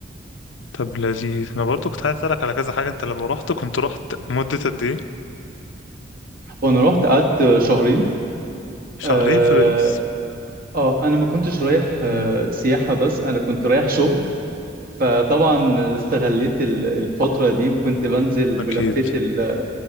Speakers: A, on the left (about 80°); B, on the right (about 50°).
A: طب لذيذ أنا برضو كنت عايز أسألك على كذا حاجة أنت لما رحت كنت رحت مدة قد إيه؟
B: وانا رحت قعدت شهرين
A: شهرين
B: اه,
A: في باريس؟
B: آه انا ما كنتش رايح آه
A: امم
B: سياحة بس انا كنت رايح شغل فطبعا استغليت ال- الفترة دي وكنت بنزل
A: أكيد
B: ولفيت ال-